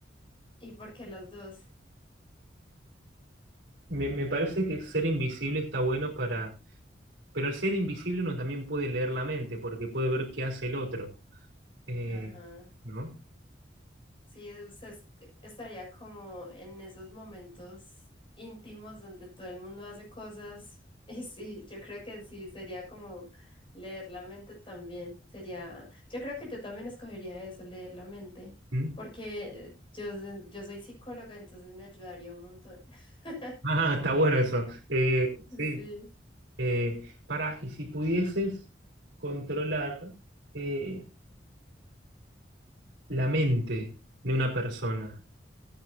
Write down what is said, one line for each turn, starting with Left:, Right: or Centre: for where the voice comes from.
Left: ¿Y por qué las dos?
Right: Me, me parece que ser invisible está bueno para... Pero al ser invisible uno también puede leer la mente, porque puede ver qué hace el otro. Eh,
Left: Ajá.
Right: ¿no?
Left: Sí, usted es- estaría como en esos momentos íntimos donde todo el mundo hace cosas. <laughs> Y sí, yo creo que sí, sería como leer la mente también. Sería, yo creo que yo también escogería eso, leer la mente,
Right: ¿Mm?
Left: porque
Right: <laughs>
Left: yo, yo soy psicóloga, entonces me ayudaría un montón. <laughs>
Right: Ah, está bueno eso. Eh, sí.
Left: Sí.
Right: Eh, para, y si pudieses controlar eh, la mente de una persona,